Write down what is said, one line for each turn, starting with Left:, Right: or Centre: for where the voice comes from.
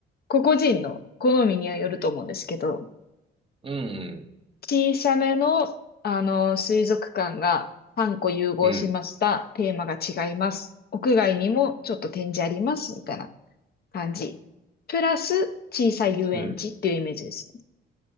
Left: 個々人の好みにはよると思うんですけど、
Right: うん、
Left: 小さめの、あの、水族館が3個融合しました。
Right: うん、
Left: テーマが違います。屋外にもちょっと展示あります。みたいな感じ。プラス小さい遊園地っていうイメージですね
Right: うん。